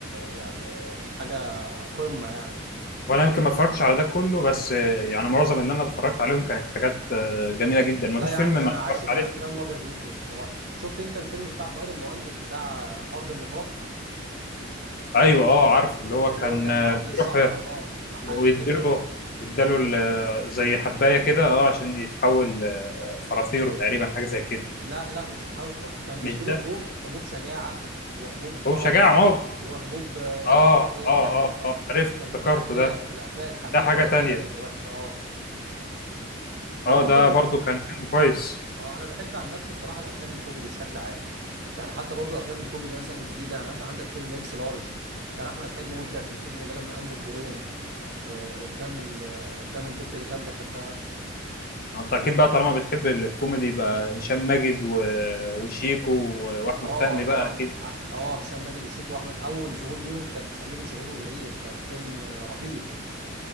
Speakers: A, on the right (about 60°); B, on the left (about 50°).
A: يعني حاجة قمة يعني
B: وانا يمكن ما اتفرجتش على ده كله بس آه، يعني معظم اللي انا اتفرجت عليهم كانت حاجات آه، جميله جدا ما
A: لا
B: فيش
A: يا عم
B: فيلم ما
A: ده انا
B: اتفرجت
A: عاشق لافلام
B: عليه
A: الابيض واسود بصراحه شفت انت الفيلم بتاع فؤاد المهندس بتاع ارض النفاق
B: ايوه اه عارف اللي هو
A: اللي
B: كان
A: هو كان
B: آه،
A: راح للصحراء
B: بيروح
A: اه محل
B: ويديله
A: كده
B: يديله
A: حبوب
B: ال- زي حبايه كده اه عشان يتحول آه، فرافيرو تقريبا حاجه زي كده
A: لا لا مش هتحاول فر... كان بيدوله
B: مش ده
A: حبوب حبوب شجاعه وحبوب كرم
B: هو شجاع ما هو
A: وحبوب آه،
B: اه
A: مش عارف
B: اه
A: ايه كان
B: اه
A: اه
B: اه عرفت
A: كان
B: افتكرته
A: الاخلاق
B: ده
A: الاخلاق الحميده
B: ده حاجه
A: والاخلاق
B: تانية
A: الوحشه اه كان
B: اه
A: برضو
B: ده برضو
A: من
B: كان فيلم كويس
A: اه انا بحب عن نفسي بصراحه الافلام الكوميدي بشكل عام يعني حتى برضو افلام الكوميدي مثلا الجديده يعني مثلا عندك فيلم اكس لارج كان احمد حلمي مبدع في الفيلم ده لما قام بالدورين آه، قدام ال- آه، قدام البت اللي كان بيحبها
B: انت اكيد بقى طالما بتحب الكوميدي يبقى هشام ماجد و... وشيكو و... واحمد
A: اه
B: فهمي
A: طبعا
B: بقى اكيد
A: اه آه، هشام ماجد وشيكو واحمد اول ظهور ليهم كان سمير وشهير وبهير كان فيلم آه، رهيب